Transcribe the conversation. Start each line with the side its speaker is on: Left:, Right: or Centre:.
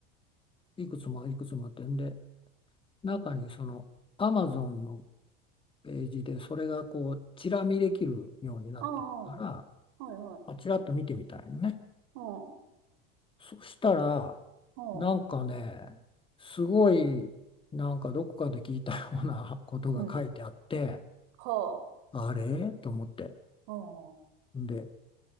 Left: いくつもいくつもあって、んで、中にその
Right: うん。
Left: Amazon のページでそれがこう、チラ見できるようになってたから、
Right: ああ、はいはい。
Left: あ、チラッと見てみたいよね。
Right: うん。う
Left: そしたら、
Right: ん。
Left: なんかね、すごい、なんかどこかで聞いたようなことが書いてあって、
Right: うん。はあ。
Left: あれと思って。
Right: うん。
Left: んで、